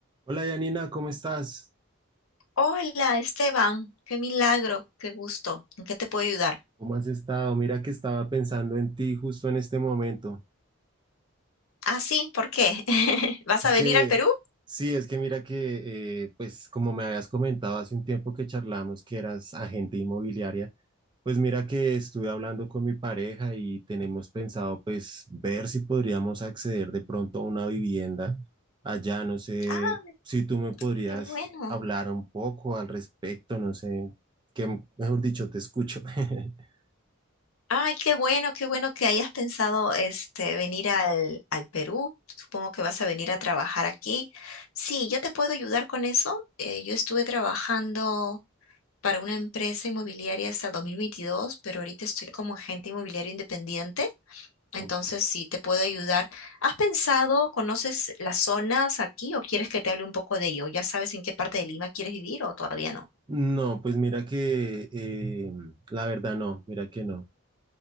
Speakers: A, on the right; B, on the left.
A: Hola Yanina, ¿cómo estás?
B: Hola, Esteban, qué milagro, qué gusto. ¿En qué te puedo ayudar?
A: ¿Cómo has estado? Mira que estaba pensando en ti justo en este momento.
B: Ah, sí, ¿por qué? <laughs> ¿Vas
A: Es
B: a venir
A: que,
B: al Perú?
A: sí, es que mira que, eh, pues como me habías comentado hace un tiempo que charlamos que eras agente inmobiliaria, pues mira que estuve hablando con mi pareja y tenemos pensado pues ver si podríamos acceder de pronto a una vivienda allá. No sé
B: Ah,
A: si tú me podrías
B: qué bueno.
A: hablar un poco al respecto, no sé, que mejor dicho, te escucho. <laughs>
B: Ay, qué bueno, qué bueno que hayas pensado este venir al, al Perú. Supongo que vas a venir a trabajar aquí. Sí, yo te puedo ayudar con eso. Eh, yo estuve trabajando para una empresa inmobiliaria hasta el 2022, pero ahorita estoy como agente inmobiliario independiente. Entonces,
A: Ok.
B: sí, te puedo ayudar. ¿Has pensado, conoces las zonas aquí o quieres que te hable un poco de ello? ¿Ya sabes en qué parte de Lima quieres vivir o todavía no?
A: No, pues mira que eh, la verdad no, mira que no.